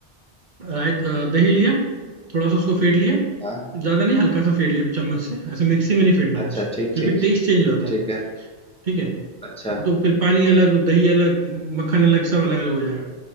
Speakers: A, on the right; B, in the centre.
A: रायत अ, दही लिया थोड़ा सा उसको फेंट लिया
B: हाँ
A: ज्यादा नहीं हल्का सा फेंट लिया चम्मच से ऐसे मिक्सी में नहीं फेंटना
B: अच्छा
A: कुछ
B: ठीक
A: क्योंकि
B: ठीक
A: टेस्ट चेंज हो जाता है
B: ठीक है
A: ठीक है
B: अच्छा
A: वो तो फिर पानी अलग दही अलग मक्खन अलग सब अलग अलग हो जाएगा